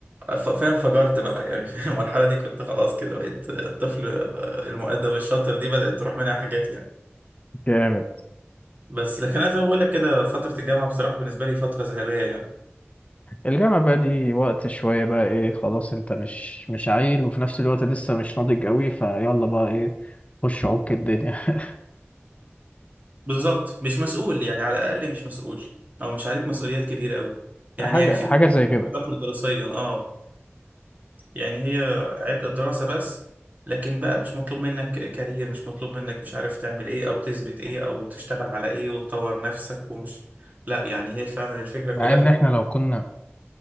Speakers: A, on the right; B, on the left.
A: ف- فاهم فجرت بقى يعني <laughs> في المرحلة دي كنت خلاص كده بقيت آه، الطفل آه، المؤدب الشاطر دي بدأت تروح منها حاجات يعني
B: جامد
A: بس لكن انا زي ما بقول لك كده فترة الجامعة بصراحة بالنسبة لي فترة ذهبية يعني
B: الجامعة بقى دي وقت شوية بقى ايه خلاص انت مش مش عيل وفي نفس الوقت لسه مش ناضج قوي فيلا بقى ايه خش عك الدنيا <laughs>
A: بالظبط مش مسؤول يعني على الاقل مش مسؤول او مش عليك مسؤوليات كبيره قوي يعني
B: حاجة
A: يكفيك
B: حاجة زي كده
A: خاطر دراسيا اه يعني هي عبء الدراسه بس لكن بقى مش مطلوب منك كارير مش مطلوب منك مش عارف تعمل ايه او تثبت ايه او تشتغل على ايه وتطور نفسك ومش لا يعني هي فعلا الفكره كلها
B: مع ان احنا لو كنا